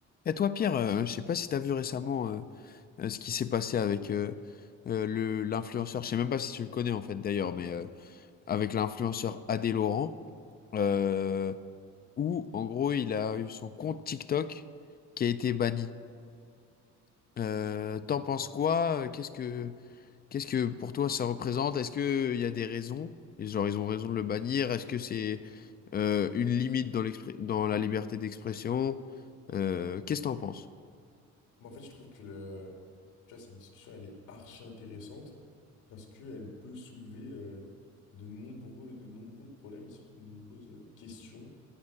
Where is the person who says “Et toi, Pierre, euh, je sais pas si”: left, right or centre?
Left